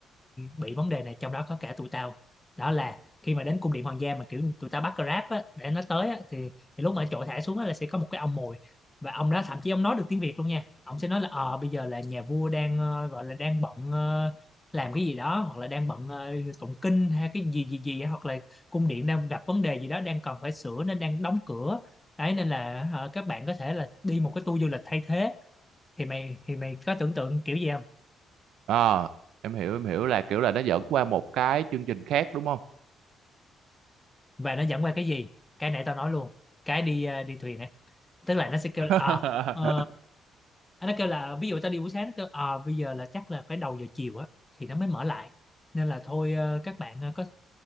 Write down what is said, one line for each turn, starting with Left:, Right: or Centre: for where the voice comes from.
Left: bị vấn đề này trong đó có cả tụi tao đó là khi mà đến cung điện hoàng gia mà kiểu tụi tao bắt Grab á, để nó tới á, thì, thì lúc mà chỗ thả xuống á, là sẽ có một cái ông mồi và ông đó thậm chí ông nói được tiếng Việt luôn nha ông sẽ nói là ờ bây giờ là nhà vua đang ờ, gọi là đang bận ờ, làm cái gì đó hoặc là đang bận ờ, tụng kinh hay cái gì gì gì hoặc là cung điện đang gặp vấn đề gì đó đang cần phải sửa nên đang đóng cửa đấy nên là ờ, các bạn có thể là đi một cái tour du lịch thay thế thì mày thì mày có tưởng tượng kiểu gì không
Right: à em hiểu em hiểu là kiểu là nó dẫn qua một cái chương trình khác đúng không
Left: và nó dẫn qua cái gì cái nãy tao nói luôn cái đi ờ, đi thuyền ấy tức là nó sẽ kêu
Right: <laughs>
Left: là à ờ, nó kêu là ví dụ tao đi buổi sáng nó kêu à bây giờ là chắc là phải đầu giờ chiều á thì nó mới mở lại nên là thôi ờ, các bạn ờ, có